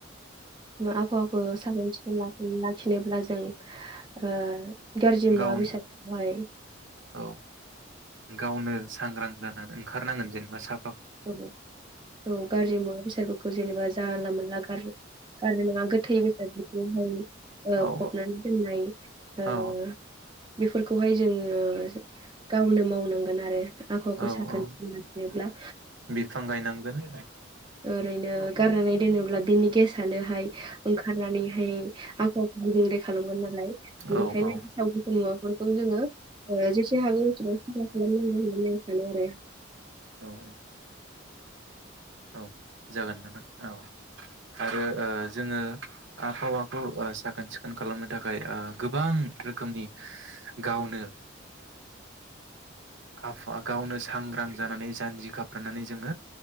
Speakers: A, on the right; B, on the right.
A: आबहावाखौ साखोन सिखोन लाखिनोब्ला जों ओ गाज्रि मुवा
B: गाव औ
A: बेसादखौहाय
B: औ गावनो सांग्रां जानानै ओंखारनांगोन जेनेबा सा
A: औ औ गाज्रि मुवा बेसादफोरखौ जेनेबा जानला मोनला गार-गारनो नाङा गोथै बेसादफोरखौहाय
B: औ
A: फबनानै ओ दोननाय ओ
B: औ
A: बेफोरखौहाय जोङो ओ गावनो माव नांगोन आ आबहावाखौ
B: औ
A: साखोन
B: औ
A: नुयोब्ला
B: बिफां गायनांगोन
A: ओरैनो गारनानै दोनोब्ला बिनि गेस सानोहाय ओंखारनानैहाय आबहावाखौ गुबुंले खालामगोन नालाय बेनिखायनो
B: औ
A: गेसाव गोथोन मुवाफोरखौ जोङो जेसे हागौ एसे साफा खालामनांगोन होननानै आं सानो आरो
B: औ औ औ जागोन नामा औ आरो ओ जोङो आबहावाखौ ओ साखोन सिखोन खालामनो थाखाय ओ गोबां रोखोमनि गावनो आफ गावनो सा सांग्रां जानानै जानजि खाफ्रानानै जोङो